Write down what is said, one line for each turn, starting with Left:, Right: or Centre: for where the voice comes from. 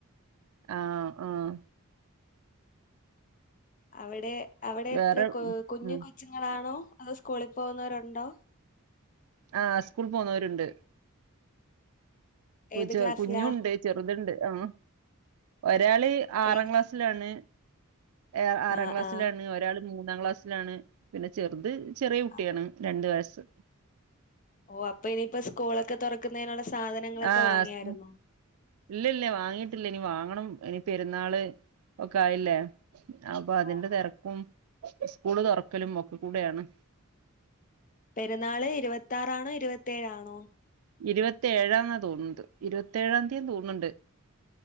Right: ആഹ് ആഹ്
Left: അവിടെ അവിടെ
Right: വേറെ
Left: എത്ര കൊ കുഞ്ഞു
Right: ഉം
Left: കൊച്ചുങ്ങളാണോ അതൊ സ്കൂളിൽ പോകുന്നവരുണ്ടോ
Right: ആഹ് സ്കൂളി പോന്നവരുണ്ട് കുച്ച
Left: ഏത് ക്ലാസ്സിലാ
Right: കുഞ്ഞുണ്ട് ചെറുതുണ്ട് ആ ഒരാള് ആറാം
Left: ഏത്
Right: ക്ലാസ്സിലാണ്
Left: ക്ലാ-
Right: ഏ ആറാം
Left: ആ
Right: ക്ലാസ്സിലാണ്
Left: ആ
Right: ഒരാള് മൂന്നാം ക്ലാസ്സിലാണ് പിന്നെ ചെറുത് ചെറിയ കുട്ടിയാണ്
Left: ആ.
Right: രണ്ടു വയസ്സ്
Left: ഓ അപ്പൊ ഇനിയിപ്പോ സ്കൂളൊക്കെ തുറക്കുന്നതിനുള്ള സാധനങ്ങളൊക്കെ
Right: ആഹ്
Left: വാങ്ങിയായിരുന്നോ
Right: ഹസ് ഇല്ല ഇല്ല വാങ്ങിട്ടില്ല ഇനി വാങ്ങണം ഇനി പെരുന്നാള് ഒക്കെ ആയില്ലേ അപ്പൊ അതിന്റെ
Left: ആ, ആ.
Right: തെരക്കും സ്കൂള് തുറക്കലും ഒക്കെ കൂടെയാണ്
Left: പെരുന്നാള് ഇരുപത്തി ആറാണോ ഇരുപത്തേഴ് ആണോ
Right: ഇരുപത്തി ഏഴാംന്നാ തോന്നുന്നത് ഇരുപത്ത ഏഴാം തീയന്ന് തോന്നുന്നുണ്ട്